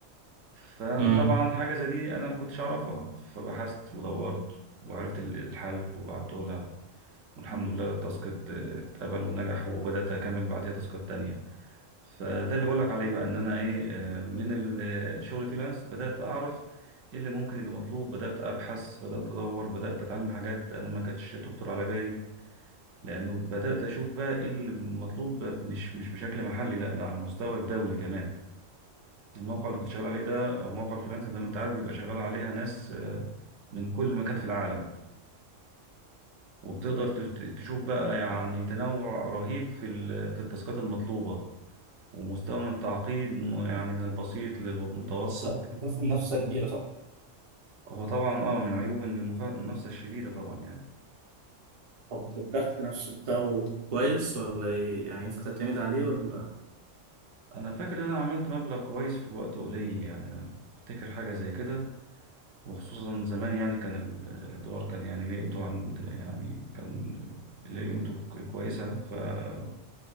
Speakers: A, on the right; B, on the right.
A: فأنا
B: امم
A: طبعا حاجة زي دي أنا ما كنتش أعرفها فبحثت ودورت وعرفت ال- الحل وبعته لها والحمد لله التاسك ات- اتقبل ونجح وبدأت أكمل بعديها تاسكات تانية فده اللي بقولك عليه بقى إن أنا إيه آه، من الشغل فريلانس بدأت أعرف إيه اللي ممكن يبقى مطلوب بدأت أبحث بدأت أدور بدأت أتعلم حاجات أنا ما كانتش تخطر على بالي لأنه بدأت أشوف بقى إيه اللي مطلوب مش مش بشكل محلي لا ده على مستوى الدولي كمان الموقع اللي كنت شغال عليه ده أو موقع الفريلانس زي ما أنت عارف بيبقى شغال عليها ناس آه، من كل مكان في العالم وبتقدر تت- تشوف بقى يعني تنوع رهيب في ال- في التاسكات المطلوبة ومستوى من التعقيد م- يعني من البسيط للمتوسط
B: بس بيكون في منافسة كبيرة صح؟
A: هو طبعا اه من عيوب إن المف- المنافسة الشديدة طبعا يعني
B: طب الضغط نفسه بتاعه كويس ولا إيه؟ يعني ينفع تعتمد عليه ولا
A: انا فاكر ان انا عملت مبلغ كويس في وقت قليل يعني أنا افتكر حاجة زي كده وخصوصا زمان يعني كان ال- الدولار كان يعني ليه قيمته عند يعني كان ليه قيمته ك- كويسة ففاكر